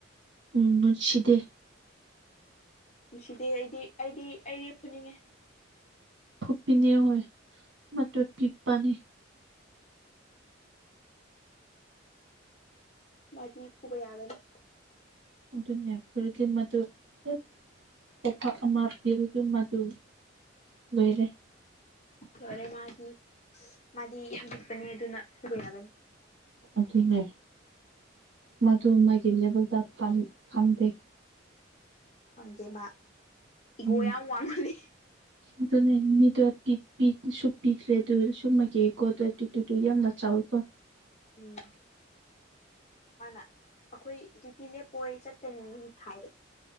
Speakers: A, on the right; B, on the left.
A: ꯎꯝ ꯅꯨꯡꯁꯤꯗꯦ
B: ꯅꯨꯡꯁꯤꯗꯦ ꯑꯩꯗꯤ ꯑꯩꯗꯤ ꯑꯩ ꯐꯨꯅꯤꯡꯉꯦ
A: ꯈꯨꯄꯤꯅꯣ ꯍꯣꯏ ꯃꯇꯠ ꯄꯤꯞꯄꯅꯦ
B: ꯃꯗꯤ ꯐꯨꯕꯥ ꯌꯥꯒꯅꯤ
A: ꯑꯗꯨꯅꯦ ꯐꯨꯔꯗꯤ ꯃꯗꯨ ꯑ ꯀꯣꯄꯥꯛ ꯑꯃ ꯄꯤꯔꯗꯤ ꯃꯗꯨ ꯂꯣꯏꯔꯦ
B: ꯌꯥꯔꯦ ꯃꯥꯗꯤ ꯃꯥꯗꯤ ꯌꯥꯝ ꯄꯤꯛꯄꯅꯤ ꯑꯗꯨꯅ ꯐꯨꯕ ꯌꯥꯒꯅꯤ
A: ꯑꯗꯨꯅꯦ ꯃꯥꯗꯨ ꯃꯥꯒꯤ ꯂꯦꯚꯦꯜꯗ ꯐꯝꯗꯦ
B: ꯈꯪꯗꯦ ꯃꯥ ꯏꯒꯣ
A: ꯎꯝ
B: ꯌꯥꯝ ꯋꯥꯡꯃꯜꯂꯤ
A: ꯑꯗꯨꯅꯦ ꯃꯤꯗꯣ ꯄꯤ ꯄꯤꯁꯨ ꯄꯤꯗ꯭ꯔꯦ ꯑꯗꯨ ꯑꯣꯏꯔꯁꯨ ꯃꯥꯒꯤ <unintelligible> ꯑꯗꯨꯨꯗ ꯌꯥꯝꯅ ꯆꯥꯎꯋꯤꯀꯣ
B: ꯎꯝ ꯃꯥꯅ ꯑꯩꯈꯣꯏ ꯗ꯭ꯌꯨꯇꯤꯁꯦ ꯀꯣꯏ ꯆꯠꯇꯅꯤꯅꯤ ꯍꯥꯏ